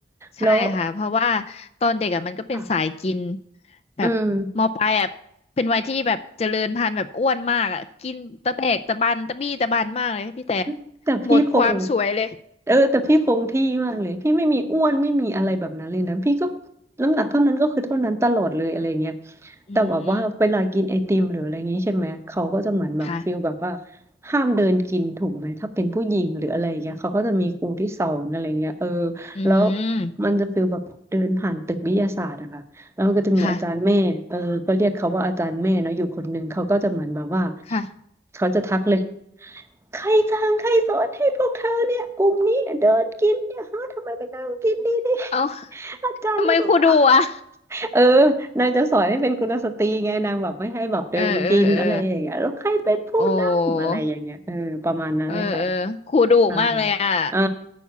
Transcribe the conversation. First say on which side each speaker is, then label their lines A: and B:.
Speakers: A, on the left (about 35°); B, on the right (about 15°).
A: ใช่ค่ะเพราะว่า
B: แล้ว
A: ตอนเด็กอ่ะมันก็เป็นสายกิน
B: ค่ะ
A: แบบมปลายอ่ะเป็นวัยที่แบบเจริญพันธุ์แบบอ้วนมากอ่ะกินตะแบกตะบันตะบี้ตะบันมากเลยค่ะพี่แต่
B: อืม <laughs> แต่พี่คง
A: หมดความสวยเลย
B: เออแต่พี่คงที่มากเลยพี่ไม่มีอ้วนไม่มีอะไรแบบนั้นเลยนะพี่ก็น้ำหนักเท่านั้นก็คือเท่านั้นตลอดเลยอะไรเงี้ย
A: อืม
B: แต่แบบว่าเวลากินไอติมหรืออะไรอย่างงี้ใช่ไหมเขาก็จะเหมือนแบบฟิลแบบว่า
A: ค่ะ
B: ห้ามเดินกินถูกไหมถ้าเป็นผู้หญิงหรืออะไรเงี้ยเขาก็จะมีครูที่สอนอะไรเงี้ยเออ
A: อื
B: แล้ว
A: ม
B: มันจะฟิลแบบเดินผ่านตึกวิทยาศาสตร์อะค่ะแล้วมันก็จะมีอาจารย์แม่เออก็เรียกเขาว่าอาจารย์แม่เนาะอยู่คนหนึ่งเขาก็จะเหมือนแบบว่า
A: ค่ะค่ะ
B: เขาจะทักเลย ใครสั่งใครสอนให้พวกเธอเนี่ยกลุ่มนี้เนี่ยเดินกินเนี่ยฮะทำไมไปนั่งกินดีดี <laughs>
A: เอ้า
B: อาจารย์ก็จะบอก
A: ทำไมครูดุอ่ะ
B: เออนางจะสอนให้เป็นกุลสตรีไงนางแบบไม่ให้แบบเดินกินอะไรอย่างเงี้ยแล้วใครเป็นผู้นำอะไรอย่างเงี้ยเออประมาณนั้นเลยค่ะ
A: เออเออเออโอ้เออเออครูดุมากเลยอ่ะ
B: ใช่เออ